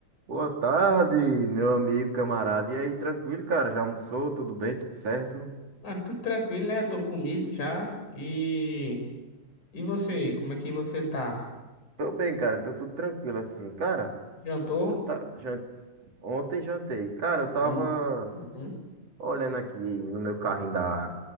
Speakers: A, on the right; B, on the left.
A: Boa tarde, meu amigo, camarada. E aí, tranquilo, cara? Já almoçou? Tudo bem? Tudo certo?
B: Ah, tudo tranquilo, né? Eu tô comido já. E e você, como é que você tá?
A: Tô bem, cara. Tô tudo tranquilo assim. Cara,
B: Jantou?
A: eu tá... jan- ontem jantei. Cara, eu tava
B: Am- Uhum.
A: olhando aqui no meu carrinho da...